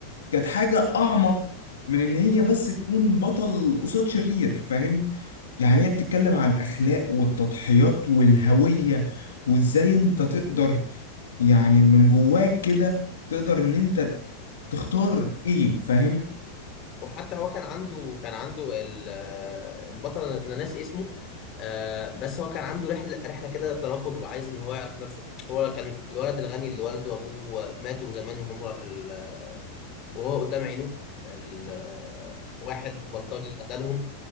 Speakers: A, on the left; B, on the left.
A: كانت حاجة أعمق من إن هي بس تكون بطل قصاد شرير فاهم؟ يعني هي بتتكلم على الأخلاق والتضحيات والهوية وإزاي أنت تقدر يعني من جواك كده تقدر إن أنت تختار إيه فاهم؟
B: وحتى هو كان عنده كان عنده ال- آه، البطل انا ناسي اسمه آه، بس هو كان عنده رحله رحله كده تناقض وعايز ان هو يعرف نفسه هو كان الولد الغني اللي والده وابوه ماتوا زمان وهم في ال... آه، وهو قدام عينه ال... آه، واحد بلطجي قتلهم